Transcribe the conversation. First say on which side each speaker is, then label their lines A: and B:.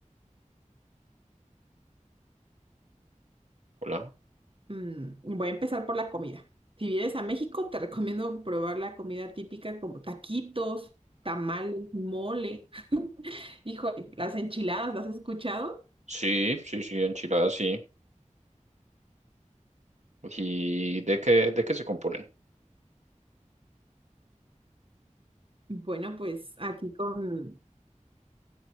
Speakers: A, on the right; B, on the right.
A: Hola.
B: Mm, voy a empezar por la comida. Si vienes a México, te recomiendo probar la comida típica como taquitos, tamales, mole. Híjole, las enchiladas, ¿las has escuchado?
A: Sí, sí, sí, enchiladas, sí. ¿Y de qué, de qué se componen?
B: Bueno, pues aquí con,